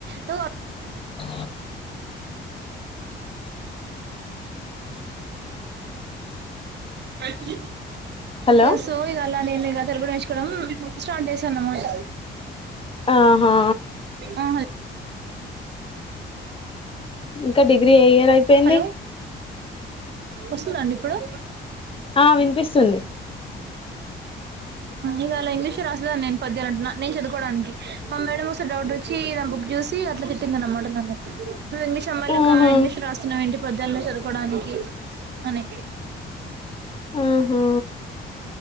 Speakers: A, on the right (about 60°); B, on the left (about 25°).
A: నువ్వు
B: అ
A: అది
B: హలో
A: ఎ సో ఇగల నేను గథలు కూడా మేచ్చుకోవడం స్టార్ట్ చేశాను అన్నమాట
B: ఆహా
A: ఆ
B: ఇంకా డిగ్రీ ఏ ఇయర్ అయిపోయింది
A: హలో వస్తుందండి ఇప్పుడు
B: ఆ వినిపిస్తుంది
A: ఇక అలా ఇంగ్లీష్ రాస్తుద నేను పదియాను అంటు నేను చదువుకోవడానికి మా మేడ ఒకసారి డౌట్ర్ వచ్చి నా బుక్ చూసి అట్లా చెట్టింద అన్నమాట నన్ను నువవుంగ్లీష అ వాళ్ల
B: ఆహా
A: ఇంగ్లీష్ రాస్తున్నావ ఏంటి ప్రజల్లో చదుకోడానికి అని
B: ఆహా